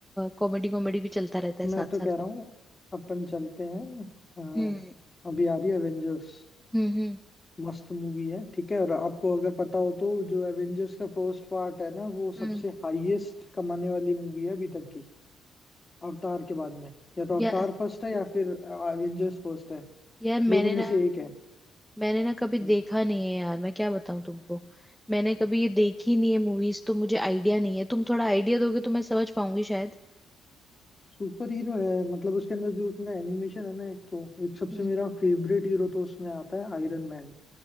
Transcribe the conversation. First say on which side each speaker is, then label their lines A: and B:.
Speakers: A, in the centre; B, on the left (about 25°).
A: कॉमेडी कॉमेडी भी चलता रहता है साथ
B: मैं तो
A: साथ
B: कह रहा
A: में
B: हूँ अपन चलते हैं अ,
A: हम्म
B: अभी आ रही है एवेंजर्स
A: हम्म हम्म
B: मस्त मूवी है ठीक है और आपको अगर पता हो तो जो एवेंजर्स का फर्स्ट पार्ट है ना वो
A: हम्म।
B: सबसे हाईएस्ट कमाने वाली मूवी है अभी तक की अवतार के बाद में या तो
A: या,
B: अवतार फर्स्ट है या फिर एवेंजर्स फर्स्ट है
A: यार मैंने
B: दोनों में
A: ना
B: से एक है
A: मैंने ना कभी देखा
B: हम्म
A: नहीं है यार मैं क्या बताऊं तुमको मैंने कभी ये देखी नहीं है मूवीज तो मुझे आइडिया नहीं है तुम थोड़ा आइडिया दोगे तो मैं समझ पाऊंगी शायद
B: सुपर हीरो है मतलब उसके अंदर जो उनका एनिमेशन है ना एक तो एक सबसे
A: हम्म
B: मेरा फेवरेट हीरो तो उसमें आता है आयरन मैन